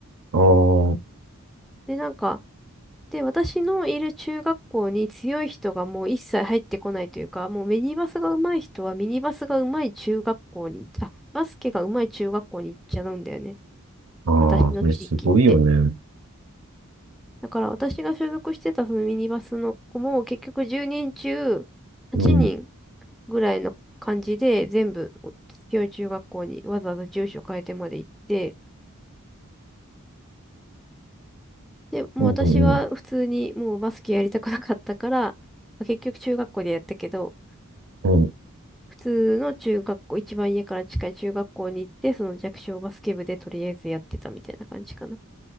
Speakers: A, on the right; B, in the centre.
A: あ
B: で、なんか、で、私のいる中学校に強い人がもう一切入ってこないというか、もうミニバスが上手い人はミニバスが上手い中学校に行っあ、バスケが上手い中学校に行っちゃうんだよね。
A: あ、ああ、
B: 私の地域って。
A: それすごいよね。
B: だから私が所属してたそのミニバスの子も結局10人中8人
A: うん、
B: ぐらいの感じで、全部強い中学校にわざわざ住所変えてまで行って、で、もう私は普通にもうバスケやりたくなかったから、
A: うん、うん、
B: 結局中学校でやったけど、
A: うん。
B: 普通の中学校、一番家から近い中学校に行って、その弱小バスケ部でとりあえずやってたみたいな感じかな。